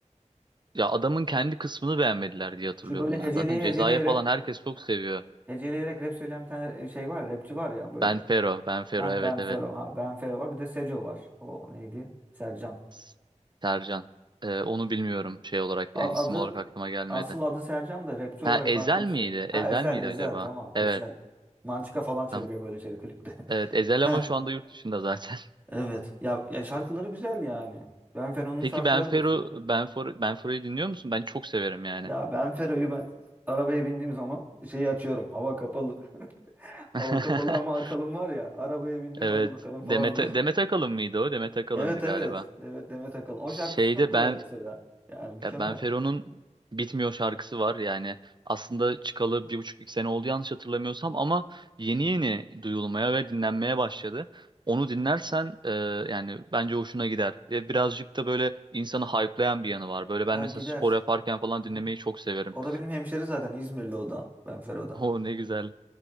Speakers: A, on the right; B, on the right.
A: Ya adamın kendi kısmını beğenmediler diye hatırlıyorum
B: Şu böyle
A: ben.
B: heceleye
A: Zaten Ceza'ya
B: heceleye
A: falan
B: rap,
A: herkes çok seviyor.
B: heceleyerek rap söyleyen bir tane e, şey var ya, rapçi var ya böyle.
A: Ben Fero, Ben Fero
B: Hah
A: evet
B: Ben
A: evet.
B: Fero. Ha Ben Fero var. Bir de Seco var. O neydi? Sercan.
A: S- Sercan. Ee, onu bilmiyorum şey olarak
B: A-
A: yani isim
B: Adı
A: olarak aklıma gelmedi.
B: asıl adı Sercan da rapçi
A: Ha
B: olarak
A: Ezel
B: farklı bir
A: miydi?
B: şey.
A: Ezel
B: Ha Ezel
A: miydi
B: Ezel
A: acaba?
B: tamam
A: Evet.
B: Ezel. Mançika falan çeviriyor
A: Tamam.
B: böyle şey klipte.
A: Evet
B: <laughs>
A: Ezel ama
B: Heh,
A: şu anda yurt dışında zaten.
B: evet. Ya ya şarkıları güzel yani. Benfero'nun
A: Peki
B: şarkıları
A: Benfero,
B: da güzel.
A: Benfero, Benfero'yu dinliyor musun? Ben çok severim yani.
B: Ya Benfero'yu ben arabaya bindiğim zaman şeyi açıyorum. Hava kapalı. <laughs> Hava
A: <laughs>
B: kapalı ama Akalın var ya. Arabaya bindim
A: Evet.
B: hadi bakalım falan
A: Demet,
B: diyor.
A: Demet
B: <laughs>
A: Akalın mıydı o? Demet Akalın'dı
B: Evet
A: galiba.
B: evet. Evet Demet Akalın. O
A: Şeyde
B: şarkısı çok güzel
A: ben
B: mesela. Yani mükemmel.
A: ya Benfero'nun Bitmiyor şarkısı var yani. Aslında çıkalı bir buçuk iki sene oldu yanlış hatırlamıyorsam ama yeni yeni duyulmaya ve dinlenmeye başladı. Onu dinlersen e, yani bence hoşuna gider. Ve birazcık da böyle insanı hype'layan bir yanı var. Böyle ben
B: Ya
A: mesela
B: gider.
A: spor yaparken falan
B: Hı
A: dinlemeyi
B: hı.
A: çok severim.
B: O da benim hemşeri zaten. İzmirli o da. Benfero da.
A: O ne güzel.